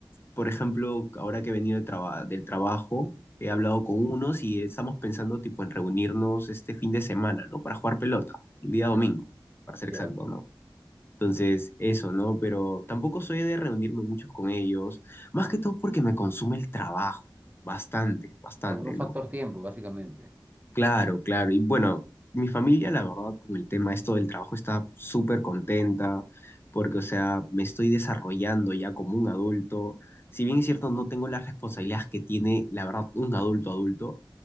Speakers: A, on the left; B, on the right.
A: por ejemplo, ahora que he venido de traba- del trabajo, he hablado
B: Ajá,
A: con unos y estamos pensando tipo en reunirnos este fin de semana, ¿no? Para jugar pelota, el día domingo,
B: Ya,
A: para ser
B: ya.
A: exacto, ¿no? Entonces, eso, ¿no? Pero tampoco soy de reunirme muchos con ellos, más que todo porque me consume el trabajo, bastante, bastante,
B: O sea, por un
A: ¿no?
B: factor tiempo, básicamente.
A: Claro, claro. Y bueno, mi familia, la verdad, con el tema esto del trabajo está súper contenta, porque, o sea, me estoy desarrollando ya como un adulto. Si bien es cierto, no tengo las responsabilidades que tiene, la verdad, un adulto adulto